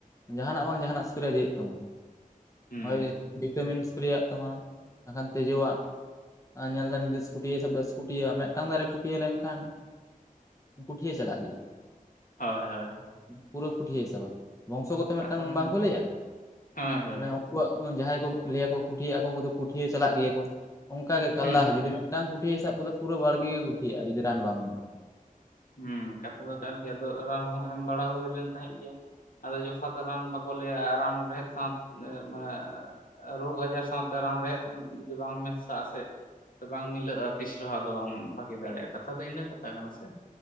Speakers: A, on the left; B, on the left.
A: ᱡᱟᱦᱟᱱᱟᱜ ᱵᱟᱝ ᱡᱟᱦᱟᱱᱟᱜ ᱮᱥᱯᱨᱮ ᱤᱫᱤ ᱦᱩᱭᱩᱜ ᱛᱟᱢᱟ ᱾
B: ᱦᱩᱸ
A: ᱦᱚᱭ ᱵᱷᱤᱴᱟᱢᱤᱱ ᱮᱥᱯᱨᱮᱜ ᱛᱟᱢᱟ ᱵᱟᱠᱷᱟᱱ ᱛᱤᱡᱩᱣᱟᱜ ᱟᱨ ᱧᱮᱞᱫᱟᱢ ᱡᱩᱫᱤ ᱤᱥᱠᱩᱴᱤᱭᱟᱹ ᱥᱟᱵ ᱫᱚ ᱥᱠᱩᱴᱤᱭᱟᱹᱟᱜ ᱢᱤᱫᱴᱟᱹᱝ ᱫᱟᱨᱮ ᱠᱩᱴᱭᱟᱹ ᱞᱮᱱᱠᱷᱟᱱ ᱠᱩᱴᱷᱤᱭᱟᱹ ᱪᱟᱞᱟᱜ ᱜᱮᱭᱟ ᱾
B: ᱦᱚᱭ ᱦᱚᱭ,
A: ᱯᱩᱨᱟᱹ ᱠᱩᱴᱭᱟᱹ ᱥᱟᱵᱟ ᱵᱚᱝᱥᱚ ᱜᱚᱛᱚ
B: ᱠᱟᱛᱷᱟ
A: ᱢᱤᱫᱴᱟᱝ
B: ᱫᱚ
A: ᱵᱟᱝᱠᱚ
B: ᱤᱱᱟᱹ ᱠᱟᱱᱟ
A: ᱞᱟᱹᱭᱟ?
B: ᱦᱳᱭ ᱦᱳᱭ
A: ᱢᱟᱱᱮ ᱩᱱᱠᱩᱣᱟᱜ ᱡᱟᱦᱟᱸᱭ ᱠᱚ ᱞᱟᱹᱭᱟᱠᱚ ᱠᱩᱴᱷᱤᱭᱟᱹᱜ ᱟᱠᱚ ᱩᱱᱠᱩ ᱫᱚ ᱠᱩᱴᱷᱭᱟᱹ ᱪᱟᱞᱟᱜ ᱜᱮᱭᱟ ᱠᱚ᱾ ᱚᱱᱠᱟ ᱜᱮ ᱠᱟᱨᱞᱟ
B: ᱦᱩᱸ ᱦᱩᱸ
A: ᱦᱚᱸ ᱡᱩᱫᱤ ᱢᱤᱫᱴᱟᱝ ᱠᱩᱴᱭᱟᱹᱭ ᱥᱟᱵ ᱠᱚᱫᱟ ᱯᱩᱨᱟᱹ ᱵᱟᱲᱜᱮ ᱜᱮ ᱠᱩᱴᱷᱤᱟ. ᱜ-ᱟ ᱡᱩᱫᱤ ᱨᱟᱱ ᱵᱟᱢ ᱮᱢᱟ᱾
B: ᱦᱮᱸ ᱠᱟᱛᱷᱟ ᱫᱚ ᱠᱟᱱ ᱜᱮ ᱟᱫᱚ ᱨᱟᱱ ᱦᱚᱸ ᱮᱢ ᱵᱟᱲᱟ ᱦᱩᱭ ᱞᱮᱱ ᱛᱟᱦᱮᱸᱫ ᱜᱮᱭᱟ᱾ ᱟᱫᱚ ᱡᱚᱛᱷᱟᱛ ᱨᱟᱱ ᱵᱟᱠᱚ ᱞᱟᱹᱭᱟ ᱨᱟᱱ ᱨᱮᱦᱮᱫ ᱥᱟᱶ ᱢᱟᱱᱮ ᱨᱳᱜᱽ ᱟᱡᱟᱨ ᱥᱟᱶᱛᱮ ᱨᱟᱱ ᱨᱮᱦᱮᱫ ᱡᱩᱫᱤ ᱵᱟᱝ ᱢᱮᱥᱟᱜ ᱟ ᱥᱮ ᱥᱮ ᱵᱟᱝ ᱢᱤᱞᱟᱹᱜᱼᱟ ᱛᱤᱥ ᱨᱮᱦᱚᱸ ᱚᱫᱚ ᱵᱟᱢ ᱵᱷᱟᱜᱮ ᱫᱟᱲᱮᱭᱟᱜᱼᱟ ᱠᱟᱛᱷᱟ ᱫᱚ ᱤᱱᱟᱹ ᱠᱟᱛᱷᱟ ᱠᱟᱱᱟ ᱥᱮ᱾